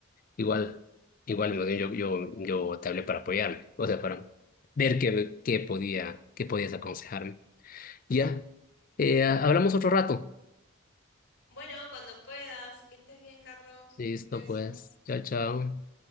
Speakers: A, on the left (about 40°); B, on the left (about 70°).
A: igual, igual, más bien yo, yo, yo te hablé para apoyarme, o sea, para ver qué, qué podía, qué podías aconsejarme. Ya, eh, hablamos otro rato.
B: Bueno, cuando puedas, que estés bien, Carlos.
A: Listo,
B: Un beso.
A: pues, chao, chao.